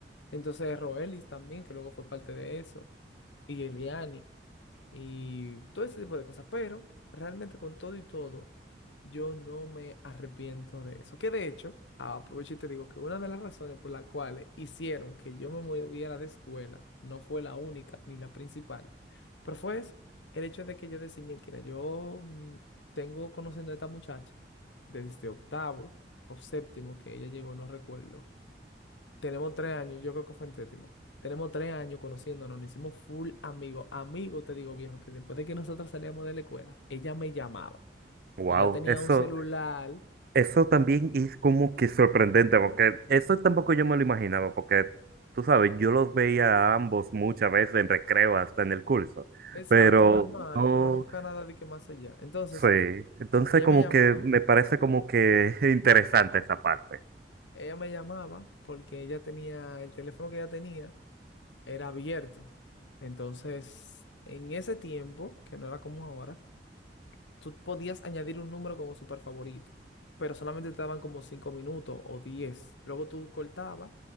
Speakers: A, on the left; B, on the right.
A: Entonces, Roelis también, que luego fue parte de eso, y Eliani y todo ese tipo de cosas. Pero realmente con todo y todo, yo no me arrepiento de eso. Que de hecho, aprovecho y te digo que una de las razones por las cuales hicieron que yo me moviera de escuela no fue la única ni la principal, pero fue eso, el hecho de que yo decía, mira, yo mm, tengo conociendo a esta muchacha desde octavo o séptimo que ella llegó, no recuerdo. Tenemos tres años, yo creo que fue en séptimo. Tenemos tres años conociéndonos, nos hicimos full amigos. amigo te digo, viejo, que después de que nosotros salíamos de la escuela, ella me llamaba.
B: Wow,
A: Ella tenía
B: eso.
A: un celular,
B: Eso también es como que sorprendente, porque eso tampoco yo me lo imaginaba, porque tú sabes, yo los veía a ambos muchas veces en recreo, hasta en el curso,
A: exacto,
B: Ah, pero
A: normal,
B: no
A: pero nunca nada de que más allá. Entonces,
B: sé, entonces
A: ella
B: como
A: me llamaba.
B: que me parece como que <laughs> interesante esa parte.
A: Ella me llamaba porque ella tenía, el teléfono que ella tenía era abierto. Entonces, en ese tiempo, que no era como ahora, tú podías añadir un número como super favorito, pero solamente te daban como 5 minutos o 10. Luego tú cortabas,